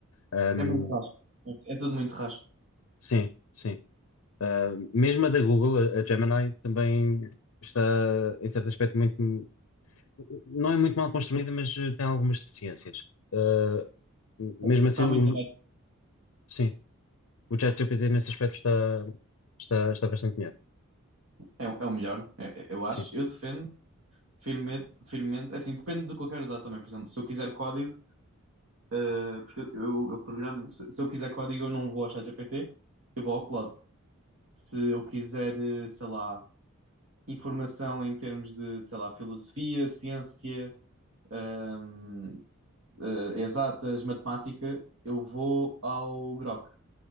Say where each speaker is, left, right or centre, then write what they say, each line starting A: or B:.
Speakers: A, on the left; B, on the right.
A: Ahm,
B: É muito rasco. É tudo muito rasco.
A: sim, sim. Ah, mesmo a da Google, a a Gemini, também está, em certo aspecto, muito. Não é muito mal construída, mas eh, tem algumas deficiências. Ah, mesmo
B: Está
A: assim, o,
B: muito abaixo.
A: sim, o ChatGPT nesse aspecto está, está, está bastante melhor.
B: É, é o melhor, é- é- eu acho.
A: Sim.
B: Eu defendo. firme firmemente, é assim, depende do que eu quero usar também. Por exemplo, se eu quiser código, eh, porque eu, eu, eu programo, se, se eu quiser código, eu não vou ao ChatGPT, eu vou ao Claude. Se eu quiser, eh, sei lá, informação em termos de, sei lá, filosofia, ciência, ahm, eh, exatas, matemática, eu vou ao Grok.